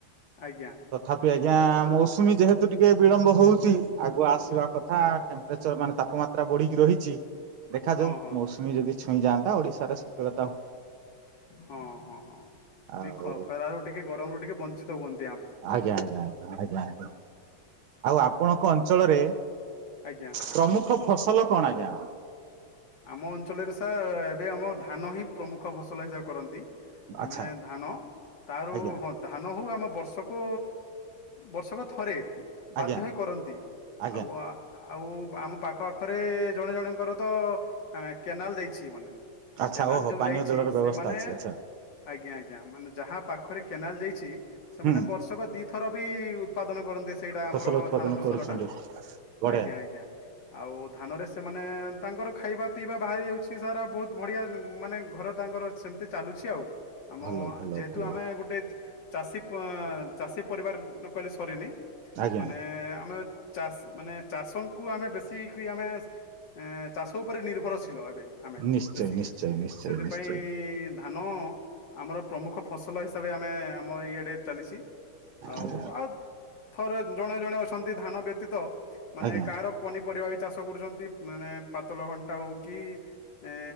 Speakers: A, on the left; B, on the right.
A: ଆଜ୍ଞା
B: ତଥାପି ଆଜ୍ଞା ମୌସୁମୀ ଯେହେତୁ ଟିକେ ବିଳମ୍ବ ହଉଛି ଆଗୁଆ ଆସିବା କଥା ଟେମ୍ପ୍ରେଚର ମାନେ ତାପମାତ୍ରା ବଢିକି ରହିଛି ଦେଖାଯାଉ
A: ହଁ ହଁ
B: ମୌସୁମୀ ଯଦି ଛୁଇଁଯାଆନ୍। ଓଡିଶାରେ ଶିଖିବା।
A: ହଁ ହଁ ହଁ
B: ଆଉ
A: ଟିକେ ଖରା ରୁ ଟିକେ ଗରମ ରୁ ଟିକେ ବଞ୍ଚିତ ହୁଅନ୍।
B: ଆଜ୍ଞା ଆଜ୍ଞା ଆଜ୍ଞା ଆଜ୍ଞା ଆଜ୍ଞା ଆଉ ଆପଣଙ୍କ ଅଞ୍ଚଳରେ
A: ଆଜ୍ଞା
B: ପ୍ରମୁଖ ଫସଲ କଣ ଆଜ୍ଞା?
A: ଆମ ଅଞ୍ଚଳରେ ସାର୍ ଏବେ ଆମର ଧାନ ହିଁ ପ୍ରମୁଖ ଫସଲ ହିସାବ କରନ୍ତି। ଆ
B: ଆଚ୍ଛା
A: ମାନେ ଧାନ ତାରୁ
B: ଆଜ୍ଞା
A: ହଁ ଧାନ ହଉ ଆମ ବର୍ଷକୁ ବର୍ଷକ ଥରେ ବାଧ୍ୟ
B: ଆଜ୍ଞା
A: ହେଇ କରନ୍ତି
B: ଆଜ୍ଞା।
A: ଆଉ ଆଉ ଆମ ପାଖ ଆଖରେ ଜଣେ ଜଣଙ୍କର ତ କେନାଲ ଦେଇଛି ମାନେ
B: ଆଚ୍ଛା
A: କେନାଲ
B: ଓହୋ
A: ଯୋଉ
B: ପାନୀୟ
A: ଯାଇଛି
B: ଜଳର ବ୍ୟବସ୍ଥା
A: ସେମାନେ
B: ଅଛି ଆଚ୍ଛା
A: ଆଜ୍ଞା ଆଜ୍ଞା ମାନେ ଯାହା ପାଖରେ କେନାଲ ଯାଇଛି ସେମାନେ
B: ହୁଁ
A: ବର୍ଷକ ଦିଥର ବି ଉତ୍ପାଦନ କରନ୍ତି ସେ ସେଇଟା ଆମର
B: ଫସଲ ଉତ୍ପାଦନ
A: ଧାନ ଫସଲଟା
B: କରୁଛନ୍ତି ବଢିଆ।
A: ଆଜ୍ଞା ଆଜ୍ଞା ଆଉ ଧାନରେ ସେମାନେ ତାଙ୍କର ଖାଇବା ପିଇବା ବାହାରି ଯାଉଛି ସାର୍ ବହୁତ ବଢ଼ିଆ ମାନେ ଘର ତାଙ୍କର ସେମିତି ଚାଲୁଛି ଆଉ। ଆମ
B: ଭଲ ଭଲ
A: ଯେହେତୁ
B: ଭଲ
A: ଆମେ ଗୋଟେ ଚାଷୀ ଚାଷୀ ପରିବାର କହିଲେ ସରିନି
B: ଆଜ୍ଞା
A: ମାନେ ଆମେ ଚାଷ ମାନେ ଚାଷଙ୍କୁ ଆମେ ବେଶୀ ଆମେ ଏ ଚାଷ ଉପରେ ନିର୍ଭରଶୀଳ ଏବେ ଆମେ
B: ନିଶ୍ଚୟ
A: ବେଶିକି
B: ନିଶ୍ଚୟ ନିଶ୍ଚୟ
A: ସେଥିପାଇଁ
B: ନିଶ୍ଚୟ
A: ଧାନ ଆମର ପ୍ରମୁଖ ଫସଲ ହିସାବରେ ଆମେ ଆମ ଇଆଡେ ଚାଲିଛି ଆଉ
B: ଆଜ୍ଞା।
A: ଆଉ ଥରେ ଜଣେ ଜଣେ ଅଛନ୍ତି ଧାନ ବ୍ୟତୀତ ମାନେ
B: ଆଜ୍ଞା
A: କାହାର ପନିପରିବା ବି ଚାଷ କରୁଛନ୍ତି ମାନେ ପାତଳ ଘଣ୍ଟା ହଉ କି ଏ